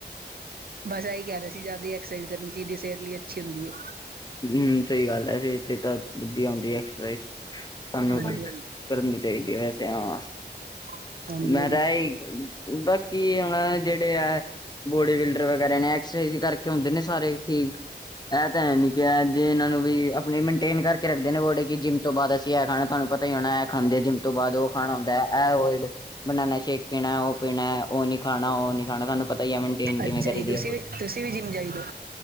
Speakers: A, on the right; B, on the left.
A: ਬਸ ਇਹੀ ਕਹਿ ਰਹੇ ਸੀ ਜ਼ਿਆਦਾ ਐਕਸਰਸਾਈਜ਼ ਕਰਨੀ ਚਾਹੀਦੀ ਹੈ। ਸਿਹਤ ਲਈ ਅੱਛੀ ਹੁੰਦੀ ਹੈ।
B: ਹੂੰ ਸਹੀ ਗੱਲ ਹੈ। ਸਿਹਤ ਲਈ ਤਾਂ ਵਧੀਆ ਹੁੰਦੀ ਹੈ। ਐਕਸਰਸਾਈਜ਼। ਸਾਨੂੰ
A: ਹਾਂਜੀ
B: ਕਰਨੀ ਚਾਹੀਦੀ ਹੈ। ਵੈਸੇ ਹਾਂ।
A: ਹਾਂਜੀ
B: ਮੈ
A: ਹਾਂਜੀ ਹਾਂਜੀ
B: ਰਹੇ ਹੀ ਬਾਕੀ ਹੁਣ ਜਿਹੜੇ ਆ ਬੋਡੀ ਬਿਲਡਰ। ਕਰੇ ਨੇ ਐਕਸਰਸਾਈਜ਼ ਕਰਕੇ ਆਉਂਦੇ ਨੇ ਸਾਰੇ ਠੀਕ ਇਹ ਤਾਂ ਹੈ ਨੀ। ਜੇ ਇਹਨਾਂ ਨੂੰ ਵੀ ਆਪਣੇ ਮੇਨਟੇਨ ਕਰਕੇ ਰੱਖਦੇ ਨੇ ਬੋਡੇ ਕਿ ਜਿੰਮ ਤੋਂ ਬਾਅਦ ਅਸੀਂ ਇਹ ਖਾਣਾ ਤੁਹਾਨੂੰ ਪਤਾ ਹੀ ਹੋਣਾ ਹੈ। ਇਹ ਖਾਂਦੇ ਜਿਵੇਂ। ਉਸ ਤੋਂ ਬਾਅਦ ਉਹ ਖਾਣਾ ਹੁੰਦਾ ਹੈ। ਹੈਵੋਇਡ। ਬਨਾਨਾ ਸ਼ੇਕ ਪੀਣਾ, ਉਹ ਪੀਣਾ, ਉਹ ਨੀ ਖਾਣਾ, ਉਹ ਨੀ ਖਾਣਾ, ਤੁਹਾਨੂੰ ਪਤਾ ਹੀ ਹੈ ਮਿੰਟ। ਮੇਨਟੇਨ ਕਿਵੇਂ
A: ਅੱਛਾ
B: ਕਰੀ
A: ਜੀ
B: ਦੀ
A: ਤੁਸੀਂ ਵੀ ਤੁਸੀਂ ਵੀ ਜਿੰਮ ਜਾਈਦਾ।